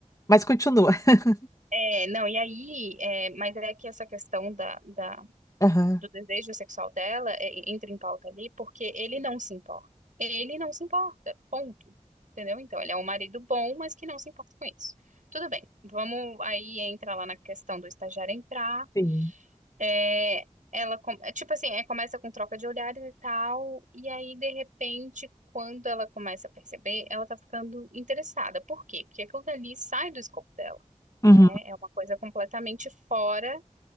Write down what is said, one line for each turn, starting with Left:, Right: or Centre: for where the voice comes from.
Left: Mas continua. <laughs>
Right: É, não, e aí, é, mas é que essa questão da, da
Left: Aham.
Right: do desejo sexual dela é, entra em pauta ali porque ele não se importa. Ele não se importa, ponto. Entendeu? Então, ele é um marido bom, mas que não se importa com isso. Tudo bem, vamos aí entra lá na questão do estagiário entrar.
Left: Sim.
Right: É, ela, com- é, tipo assim, é, começa com troca de olhares e tal, e aí, de repente, quando ela começa a perceber, ela tá ficando interessada. Por quê? Porque aquilo dali sai do escopo dela,
Left: uhum.
Right: né? É uma coisa completamente fora